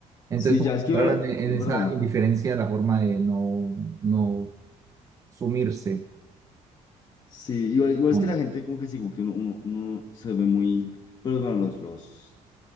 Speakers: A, on the right; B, on the left.
A: Entonces,
B: Sí,
A: como
B: ya
A: que
B: es que
A: claro,
B: igual,
A: en, en
B: es
A: esa
B: verdad,
A: indiferencia, la forma de no, no sumirse.
B: sí, igual, igual
A: ¿no?
B: es que la gente como que sí, como que uno, uno, uno se ve muy... Pero bueno, los, los,